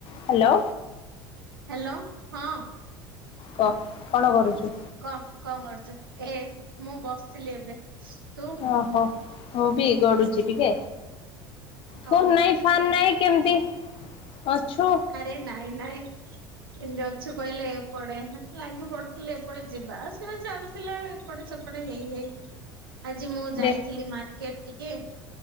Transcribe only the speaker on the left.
Hello!
କହ କ'ଣ କରୁଛୁ?
ଓଃ! ମୁଁ ବି ଗଡୁଛି ଟିକେ। ଫୋନ
ନାଇଁ ଫାନ୍ ନାଇଁ କେମିତି? ଅଛୁ
ଦେଖ